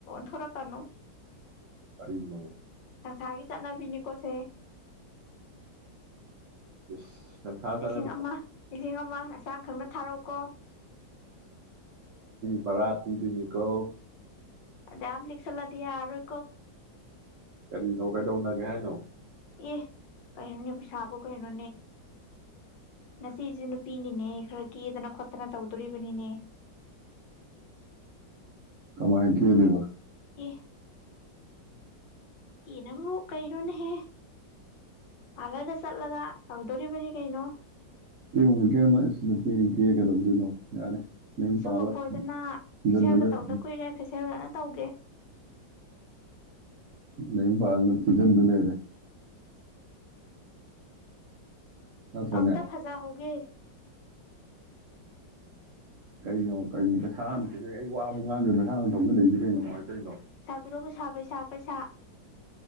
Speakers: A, on the left (about 75°); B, on the right (about 60°).
A: ꯊꯣꯔ ꯀꯅꯨ
B: ꯀꯔꯤꯅꯣ
A: ꯅꯪ ꯆꯠꯅꯕꯤꯅꯤꯀꯣꯁꯦ
B: ꯏꯁ ꯅꯪꯁꯥ
A: ꯂꯤꯁꯤꯡ
B: ꯆꯥꯅꯕꯤ
A: ꯑꯃ ꯂꯤꯁꯤꯡ ꯑꯃ ꯅꯆꯥꯥꯡ ꯈꯪꯅ ꯊꯥꯔꯛꯀꯣ
B: ꯕꯔꯥꯇꯤꯗꯨꯅꯤꯀꯣ
A: ꯗ ꯑꯃ ꯂꯤꯛꯁꯂꯥꯗ ꯑꯩꯣ
B: ꯀꯔꯤꯅꯣ ꯀꯩꯗꯧꯅꯒꯦ ꯍꯥꯏꯅꯣ
A: ꯑꯦ ꯀꯩꯅꯅꯦ ꯄꯁꯥ ꯀꯩꯅ ꯏꯅꯦ ꯁꯤꯖꯅ ꯄꯤꯅꯤꯅꯦ ꯈꯔ ꯀꯦꯗꯅ ꯈꯣꯠꯇꯅ ꯇꯧꯗꯣꯔꯤꯕꯅꯤꯅꯦ
B: ꯀꯃꯥꯏ ꯀ ꯂꯩꯕ
A: ꯀ ꯀꯤꯩꯅꯕꯨ ꯀꯩꯩꯅꯣꯅ ꯍꯦ ꯄꯥꯔꯂꯔꯗ ꯆꯠꯂꯒ ꯇꯧꯗꯣꯔꯤꯕꯅꯤ ꯀꯩꯅꯣ
B: ꯀꯦꯉꯣꯗ ꯀꯦꯣ ꯏ ꯅꯨꯄꯤꯤ ꯀꯦ ꯀꯩꯗꯧꯁꯤꯅꯣ ꯌꯥꯔꯦ ꯅꯌꯨꯝ
A: ꯤꯁꯨꯡꯒ
B: ꯄꯥꯜꯂ
A: ꯐꯣꯏꯗꯅ
B: ꯊꯤꯖꯤꯟꯗ
A: ꯐꯁꯔꯒ
B: ꯂꯩꯔ
A: ꯇꯧꯗ ꯀꯨꯏꯔꯦ ꯐꯦꯁꯔꯒ ꯅ ꯇꯧꯒꯦ
B: ꯅ ꯐꯥꯔꯅ ꯊꯤꯖꯗ ꯂꯩꯔꯦ
A: <inaudible>
B: ꯅꯠꯇ꯭ꯔꯅꯦ
A: ꯑꯇ ꯐꯖꯥ ꯍꯒꯦ
B: ꯀꯩꯅꯣ ꯀꯩꯅꯣ ꯄꯩꯁꯥ ꯑꯃ ꯊꯤꯩ ꯑꯩ ꯋꯥꯕ ꯉꯥꯡꯗ꯭ꯔꯦ ꯄꯩꯁꯥ ꯑꯃ ꯊꯧꯖꯜꯛꯏꯁꯦ ꯀꯩꯅꯣ ꯀꯅꯨꯡꯉꯥꯏꯇꯧꯔꯤꯩꯅꯣ
A: ꯁꯥꯕꯤꯔꯕꯨ ꯁꯥꯄꯦ ꯁꯥꯄꯦ ꯁꯥ